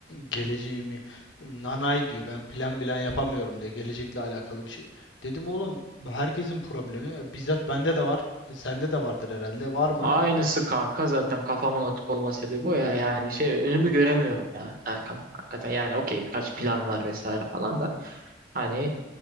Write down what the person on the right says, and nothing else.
Aynısı kanka zaten kafamın atık olma sebebi o ya. Yani şey önümü göremiyorum ya Erkan. Hakikaten yani okey birkaç plan var vesaire falan da. Hani